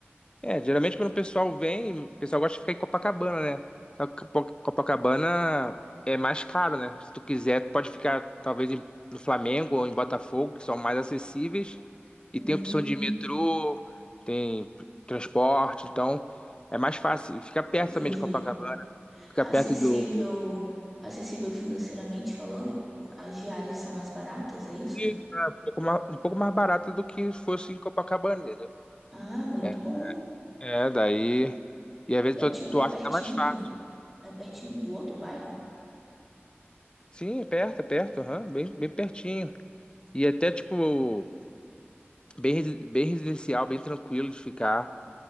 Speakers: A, on the left (about 20°); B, in the centre.
A: É, geralmente quando o pessoal vem, o pessoal gosta de ficar em Copacabana, né? Só que Copa- Copacabana é mais caro, né? Se tu quiser, tu pode ficar talvez em- no Flamengo ou em Botafogo, que são mais acessíveis, e
B: Hum,
A: tem opção de metrô, tem transporte, então é mais fácil. E Fica perto
B: entendi.
A: também de Copacabana, fica
B: Acessível,
A: perto do.
B: acessível financeiramente falando, as diárias são mais baratas, é isso?
A: Isso, é um pouco mais, um pouco mais barato do que fosse em Copacabana, entendeu?
B: Ah, muito
A: É,
B: bom.
A: é, daí. E às vezes
B: E é
A: tu,
B: tipo
A: tu acha
B: pertinho,
A: até mais fácil.
B: é pertinho do outro bairro?
A: Sim, é perto, é perto, aham, bem, bem pertinho. E até, tipo, bem, resi- bem residencial, bem tranquilo de ficar,